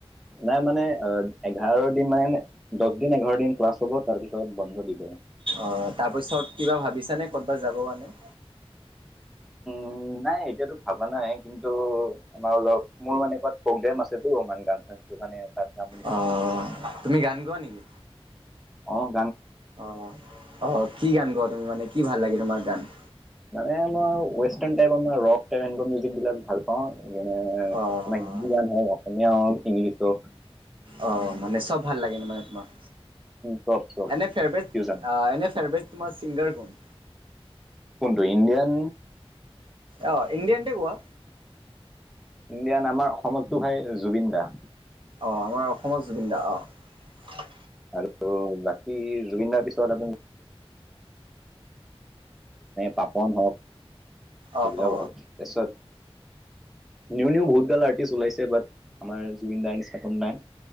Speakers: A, in the centre; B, on the right.
A: নাই মানে অহ এঘাৰ দিন মানে দহ দিন এঘাৰ দিন ক্লাছ হ'ব তাৰ ভিছৰত বন্ধ দিব
B: অহ তাৰপিছত কিবা ভাবিছানে ক'তবাত যাব কাৰণে
A: উম নাই এতিয়াতো ভবা নাই কিন্তু আমাৰ অলপ মোৰ মানে কাত প্ৰগ্ৰেম আছেতো মানে ডান্স সেইটো কাৰণে তাত যাম বুলি
B: অহ তুমি গান গোৱা নেকি
A: অহ
B: অহ অহ কি গান গোৱা তুমি মানে কি ভাল লাগে তোমাৰ গান
A: মানে মই ৱেষ্টাৰ্ণ টাইপ আমাৰ ৰক টাইপ এ মিউজিক বিলাক ভাল পাওঁ সেইকাৰণে আমাৰ
B: অ',
A: হিন্দী গান হ অসমীয়া আৰু ইংলিছসক
B: অ মানে চব ভাল লাগে মানে তোমাক
A: চব চব
B: এনে ফেব্ৰেট
A: ফিউজন।
B: এনে ফেব্ৰেট তোমাৰ চিংগাৰ কোন
A: কোনটো ইণ্ডিয়ান
B: আহ এনে এন্তে কোৱা
A: ইণ্ডিয়া নামাৰ অসমততো হয় জুবিন দা
B: অঁ আমাৰ অসমত জুবিন দা অঁ
A: আৰু বাকী জুবিন দাৰ পিছত আপুনি পাপন হওক সেইবিলাক
B: অ অ
A: পাছত নিউ নিউ বহুত গাল আৰ্টিষ্ট ওলাইছে বাট আমাৰ জুবিন দাৰ নিচাপন নাই।